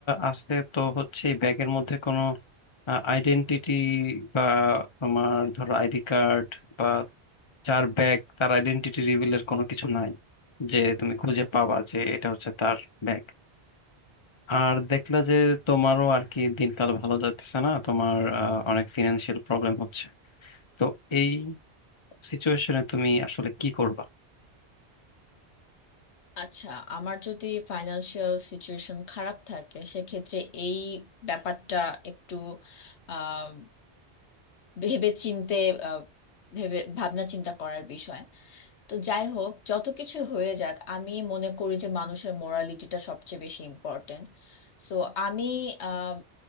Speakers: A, on the left; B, on the left.
A: আছে তো হচ্ছে এই ব্যাগের মধ্যে কোনো আইডেন্টিটি বা তোমার ধরো আইডি কার্ড বা যার ব্যাগ তার আইডেন্টিটি রিভিলের কোনো কিছু নাই যে তুমি খুঁজে পাবা যে এটা হচ্ছে তার ব্যাগ আর দেখলা যে তোমারও আর কি দিনকাল ভালো যাচ্ছে না তোমার আহ, অনেক ফিনান্সিয়াল প্রবলেম হচ্ছে তো এই সিচুয়েশনে তুমি আসলে কি করবা
B: আচ্ছা আমার যদি ফাইন্যান্সিয়াল সিচুয়েশন খারাপ থাকে সেক্ষেত্রে এই ব্যাপারটা একটু আহ ভেবে চিনতে আহ, ভেবে ভাবনা চিন্তা করার বিষয় তো যাই হোক যত কিছু হয়ে যাক আমি মনে করি যে মানুষের মোরালিটিটা সবচেয়ে বেশি ইম্পর্টেন্ট সো আমি আহ,